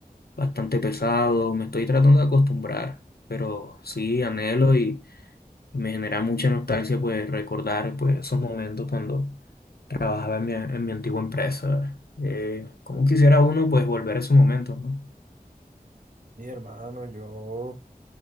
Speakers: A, on the left (about 80°); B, on the right (about 60°).
A: bastante pesado. Me estoy tratando de acostumbrar, pero sí anhelo y me genera mucha nostalgia pues recordar pues esos momentos cuando trabajaba en mi, en mi antigua empresa. Eh, cómo quisiera uno pues volver a esos momentos, ¿no?
B: Mi hermano, yo,